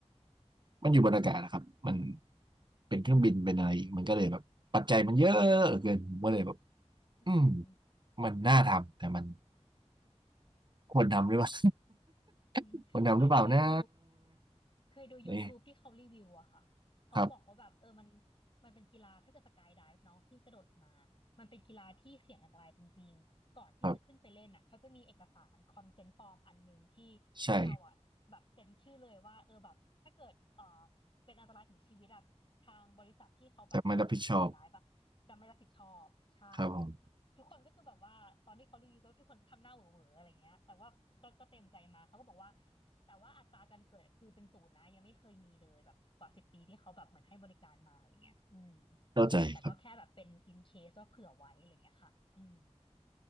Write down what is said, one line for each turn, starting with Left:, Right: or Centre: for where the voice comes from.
Right: มันอยู่บนอากาศนะครับมันเป็นเครื่องบินเป็นอะไรอีกมันก็เลยแบบปัจจัยมันเยอะเกินผมก็เลยแบบ
Left: อืม
Right: อืมมันน่าทำแต่มันควรทำหรือเปล่า
Left: อืมปั่นเคยดู
Right: <laughs> ควรทำหรือเปล่านะ
Left: เคยดู YouTube
Right: นี่
Left: ที่เขารีวิวอะค่ะเขาบอกว่าแบบเออมัน
Right: ครับ
Left: มันเป็นกีฬาถ้าเกิดสกายไดฟ์เนาะที่กระโดดลงมามันเป็นกีฬาที่เสี่ยงอันตรายจริงๆก่อนที่จะขึ้นไปเล่นอะเขาจะมีเอกสารคอนเซนต์ฟอร์มอันหนึ่งที่ให้เราอะแบบเซ็นชื่อเลยว่าเออแบบถ้าเกิดเออเป็นอันตรายถึงชีวิตอะทางบริษัทที่เขาแบบพาไปสกายไดฟ์อะจะไม่รับผิดชอบใช่
Right: ครับใช่แต่ไม่รับผิดชอบครับผม
Left: ทุกคนก็คือแบบว่าตอนที่เขารีวิวก็ทุกคนก็ทำหน้าเหวอๆอะไรเงี้ยแต่ว่าก็ก็เต็มใจมาเขาก็บอกว่าแต่ว่าอัตราการเกิดคือเป็นศูนย์นะยังไม่เคยมีเลยแบบกว่าสิบปีที่เขาแบบเหมือนให้บริการมาอะไรเงี้ยอืม
Right: เข้าใจครับ
Left: แต่ก็แค่แบบเป็น in case ว่าเผื่อไว้อะไรเงี้ยค่ะอืม